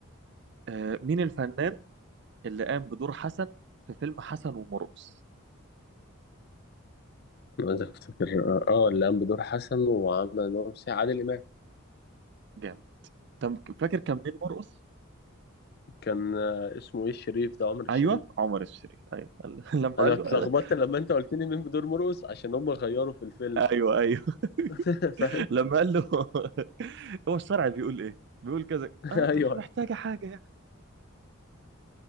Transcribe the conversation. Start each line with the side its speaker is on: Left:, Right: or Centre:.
Right: آه... مين الفنان اللي قام بدور حسن في فيلم حسن ومرقص
Left: عايز افتكر اه اللي قام بدور حسن وعمل نوم سي عادل امام
Right: جامد تم... فاكر كان مين مرقص
Left: كان آه، اسمه ايه الشريف ده عمر الشريف
Right: ايوه عمر الشريف ايوه <laughs> لما
Left: انا
Right: قال
Left: اتلخبطت
Right: له آه،
Left: لما انت قلت لي مين بدور مرقص عشان هم غيروا في الفيلم
Right: ايوه ايوه
Left: <laughs> فاهم
Right: <laughs> لما قال له <laughs> هو الشرع بيقول ايه بيقول كذا
Left: <laughs>
Right: اه
Left: ايوه
Right: مش محتاجه حاجه يعني